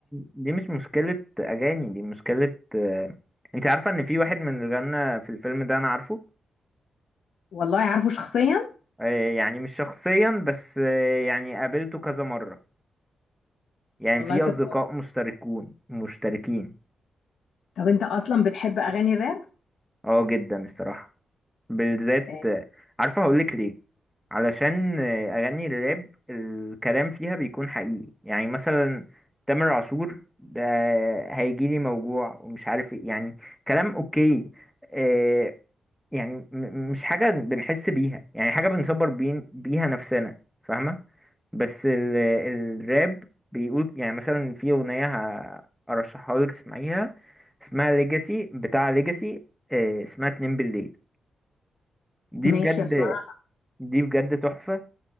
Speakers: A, in the centre; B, on the left.
A: دي مش مشكلة اغاني دي مشكلة آه، انت عارفة ان في واحد من اللي غنى في الفيلم ده انا عارفه
B: والله عارفه شخصيا
A: آه، يعني مش شخصيا بس آه، يعني قابلته كذا مرة يعني
B: والله
A: في
B: طب
A: اصدقاء
B: كويس
A: مشتركون مشتركين
B: طب انت اصلا بتحب اغاني الراب
A: اه جدا الصراحة بالذات
B: آه،
A: عارفة هقولك ليه علشان أغاني الراب الكلام فيها بيكون حقيقي يعني مثلا تامر عاشور ده هيجيلي موجوع ومش عارف ايه يعني كلام اوكي آه، يعني م- م- مش حاجة بنحس بيها يعني حاجة بنصبر بين بيها نفسنا فاهمة بس ال- الراب بيقول يعني مثلا في أغنية ه- أرشحها لك تسمعيها اسمها ليجاسي بتاع ليجاسي اسمها اتنين بالليل دي
B: ماشي
A: بجد
B: اسمع
A: دي بجد تحفة